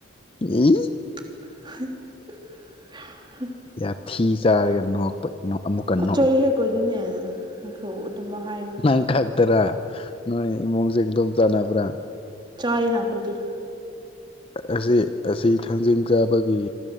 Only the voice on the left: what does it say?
ꯑ
ꯌꯥꯊꯤ ꯆꯥꯔꯒ ꯅꯣꯛꯄ ꯅꯣ ꯑꯃꯨꯛꯀꯟꯅ
ꯅꯪ ꯈꯛꯇꯔꯥ ꯅꯣꯏ ꯏꯃꯨꯡꯁꯦ ꯑꯗꯨꯝ ꯆꯥꯟꯅꯕ꯭ꯔꯥ
ꯑꯁꯤ-ꯑꯁꯤ ꯊꯥꯡꯖꯤꯡ ꯆꯥꯕꯒꯤ